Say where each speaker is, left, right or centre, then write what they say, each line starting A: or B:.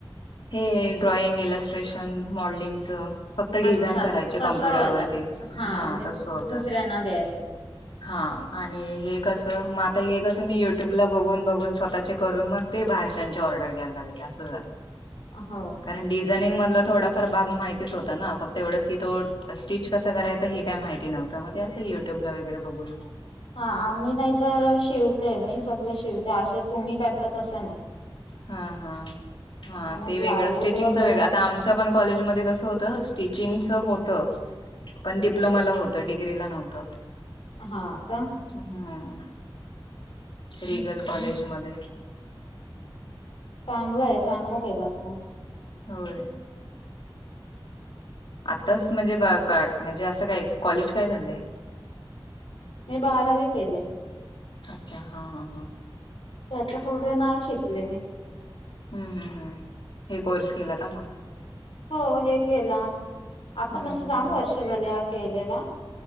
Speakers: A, on the left; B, on the left.
A: हे ड्रॉइंग, इलस्ट्रेशन, मॉडलिंगच फक्त डिझाईन
B: अच्छा
A: करायची
B: तसावाला
A: कम्प्युटरवररती. हा
B: आणि
A: तस होत.
B: दुसऱ्यांना द्यायचे
A: हा आणि हे कस, मग आता हे कस मी युट्यूबला बघ बघून बघून स्वतःचे करून मग ते बाहेरच्यांचे ऑर्डर घ्यायला लागले अस झाल.
B: आ ह
A: कारण डिझायनिंग मधला थोडाफार भाग माहितीच होता ना. फक्त एवढच की तो स्टिच कस करायच हे काय माहिती नव्हत. मग ते अस युट्यूब ला वगैरे बघून
B: हा आम्ही नाही तर शिवते. मी सगळे शिवते अस तुम्ही करता तस नाही.
A: हा हा हा
B: आम्ही
A: ते
B: ब्लाऊज
A: वेगळ. स्टिचिंगच
B: वगैरे
A: वेगळ. आता आम् च्या पण कॉलेजमध्ये कस होत स्टिचिंगच होत. पण डिप्लोमाला होत. डिग्रीला नव्हत.
B: हा का
A: हम्म रिगल कॉलेज मध्ये
B: चांगलाय, चांगल केलत मग.
A: होय आत्ताच म्हणजे बा का म्हणजे अस काय कॉलेज काय झालय.
B: मी बारावी केलय.
A: अच्छा हा हा हा
B: त्याच्यापुढे नाय शिकले मी.
A: हम्म हम्म हम्म हे कोर्स केला का मग.
B: हो हे केला. आता
A: हम्म
B: म्हणजे
A: हम्म
B: जाम
A: हम्म
B: वर्ष झाले हा केलेला.